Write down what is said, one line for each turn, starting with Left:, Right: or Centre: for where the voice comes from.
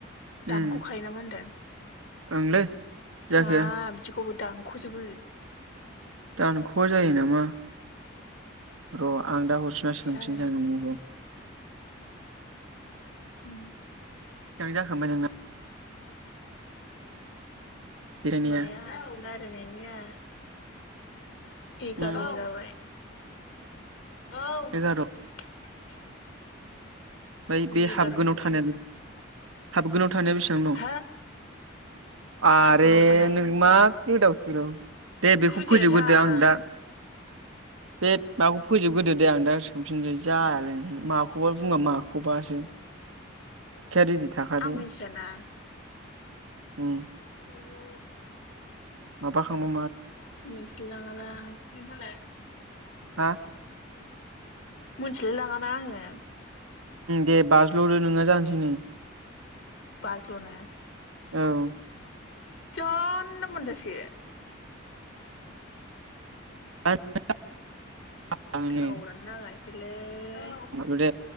Right: उम
Left: दानख'खायो ना होनदों
Right: ओंलै जायखिया
Left: हाब बिदिखौ दानख'जोबो
Right: दानख जायो नामा र आं दा हरसिनबना
Left: बिदिसो
Right: सोंफिनसै
Left: आरो
Right: आ नोंनिखौ
Left: उ
Right: बेसेबां जाखांबाय नोंना देलायनाया
Left: माया रायलायनायनिया <unintelligible>
Right: उम
Left: औ
Right: एगार' ओमफ्राय बे
Left: एगार'
Right: हाबगोनाव
Left: मिनिट
Right: थानायानो हाबगोन थानाया बेसेबां दं
Left: हा
Right: आरे
Left: हाबगनाव थानाय
Right: नों मा गोदाव सोर राव दे
Left: बुजियासां
Right: बेखौ फोजोबग्रोदो आं दा बे माखौ फोजोबग्रदो दे आं दा सोंफिनसै जायालै माखौबा बुङा मा खौ बासो रिदि थाखादो
Left: आं मिथियाना
Right: <unintelligible>
Left: जिरु
Right: माबा खांबा
Left: मिथिलाय लाङा लां
Right: हा
Left: मोनथिलाय लाङाना आङो।
Right: दे बाज्ल'दो नोङा जानोसैनो
Left: बाज्ल'नो
Right: औ
Left: जानला मानला सो
Right: <unintelligible> आं
Left: थावरानो
Right: नै
Left: नाङा <unintelligible> <unintelligible> औ
Right: दानदो